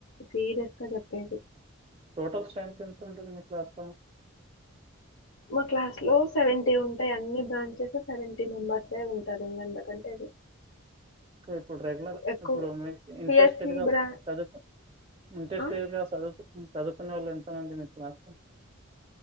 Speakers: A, on the left; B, on the right.
A: సీరియస్ గా చెప్పేది
B: టోటల్ స్ట్రెంత్ ఎంత ఉంటుంది మీ క్లాస్
A: మా క్లాస్ లో సెవెంటీ ఉంటాయి అన్ని బ్రాంచెస్ సెవెంటీ మెంబర్స్ ఉంటారు ఇందుకంటే
B: ఇప్పుడు రెగ్యులర్
A: ఎక్కువ
B: ఇప్పుడు మీకు ఇంట్రెస్టెడ్
A: సిఎస్సి
B: గా
A: బ్రా
B: చదుత ఇంట్రెస్టిగా
A: ఆ?
B: చదువు చదువుకునే వాళ్ళు ఎంతమంది మీకు క్లాస్ లో